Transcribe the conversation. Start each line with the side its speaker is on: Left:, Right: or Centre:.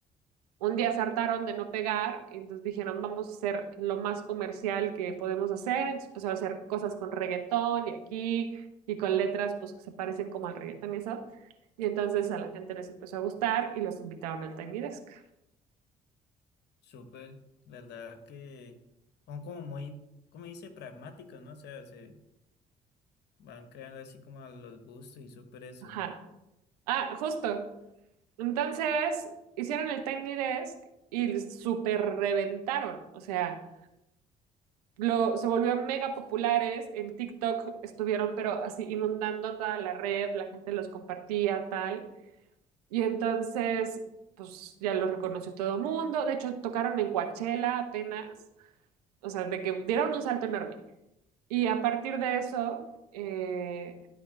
Right: un día se hartaron de no pegar, y entonces dijeron, vamos a ser lo más comercial que podemos hacer, entonces empezaron a hacer cosas con reggaetón y aquí, y con letras pues que se parecen como al reggaetón y eso, y entonces a la gente les empezó a gustar y los invitaron al Tiny Desk.
Left: Súper, la verdad que son como muy, como dice, pragmáticos, ¿no? O sea, se van creando así como a los gustos y súper eso.
Right: Ajá. Ah, justo. Entonces hicieron el Tiny Desk y súper reventaron, o sea... Lo, se volvió mega populares, en TikTok estuvieron pero así inundando toda la red, la gente los compartía, tal. Y entonces, pues ya lo reconoció todo el mundo. De hecho, tocaron en Coachella apenas. O sea, de que dieron un salto enorme. Y a partir de eso, eh,